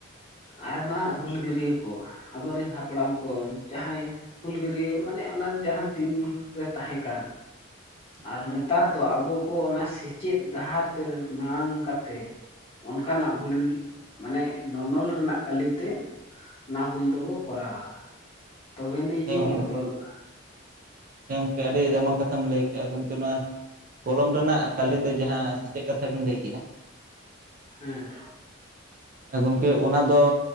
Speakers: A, on the left; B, on the right.
A: ᱟᱭᱢᱟ ᱦᱩᱞᱜᱟᱹᱨᱭᱟᱹ ᱠᱚ ᱟᱵᱚᱨᱮᱱ ᱦᱟᱯᱲᱟᱢ ᱠᱚ ᱡᱟᱦᱟᱸᱭ ᱦᱩᱞᱜᱟᱹᱨᱭᱟᱹ ᱢᱟᱱᱮ ᱚᱱᱟ ᱡᱟᱦᱟᱸ ᱫᱤᱱᱨᱮ ᱛᱟᱦᱮᱸ ᱠᱟᱱ,
B: <unintelligible>
A: ᱟᱨ ᱱᱮᱛᱟᱨ ᱫᱚ ᱟᱵᱚ ᱠᱚ ᱚᱱᱟ ᱥᱮᱪᱮᱫ ᱰᱟᱦᱟᱨ ᱛᱮ ᱢᱟᱲᱟᱝ ᱠᱟᱛᱮ ᱚᱱᱠᱟᱱᱟᱜ ᱦᱩᱞ ᱢᱟᱱᱮᱜ ᱱᱚᱱᱚᱞ ᱨᱮᱱᱟᱜ ᱠᱟᱹᱞᱤᱛᱮ ᱚᱱᱟ ᱦᱩᱞ ᱫᱚᱵᱚ ᱠᱚᱨᱟᱣᱟ ᱛᱚᱵᱮ ᱱᱟᱹᱭᱼᱡᱮ
B: ᱦᱮᱸ
A: ᱵᱚᱫᱚᱞᱚᱜᱼᱟ᱾
B: ᱦᱮᱸ ᱜᱚᱝᱠᱮ ᱟᱹᱰᱤ ᱟᱭᱢᱟ ᱠᱟᱛᱷᱟᱢ ᱞᱟᱹᱭ ᱠᱮᱜᱼᱟ ᱜᱚᱢᱠᱮ ᱱᱚᱣᱟ ᱠᱚᱞᱚᱢ ᱨᱮᱱᱟᱜ ᱠᱟᱞᱤᱛᱮ ᱡᱟᱦᱟᱸ ᱥᱮᱪᱮᱜ ᱠᱟᱛᱷᱟ ᱵᱤᱱ ᱞᱟᱹᱭ ᱠᱮᱜᱼᱟ,
A: ᱦᱮᱸ
B: ᱜᱚᱢᱠᱮ ᱚᱱᱟ ᱫᱚ